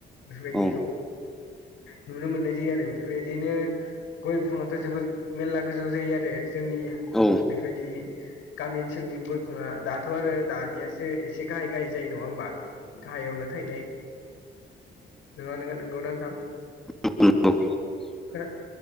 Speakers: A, on the left (about 80°); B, in the centre.
A: बेफोरबायदिखौ
B: औ
A: नुनो मोननाय जायो आरो बेफोलबायदिनो गय बिफाङा थ' जोबोर मेरला गोजौ जायो आरो जोंनि
B: औ
A: बेफोरबायदि गामि ओनसोलनि गय बिफाङा दाथ' आरो दानियासो एसे गाहाय गाहाय जायो नङा होमबा गाहायावनो थायनाय नङा नों नोंगौना नोंथां
B: <unintelligible>
A: खोना